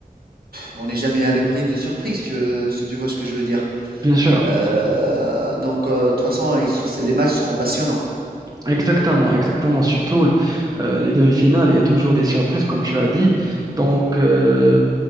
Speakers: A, on the right; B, on the right.
A: on n'est jamais à l'abri de surprise, tu- euh, si tu vois ce que je veux dire.
B: Bien sûr,
A: Euh,
B: Dans-
A: donc euh, de toute façon, ils les matchs seront passionnants.
B: exactement, exactement. Surtout euh, les demi-finales, il y a toujours des surprises, comme tu as dit. Donc, euh,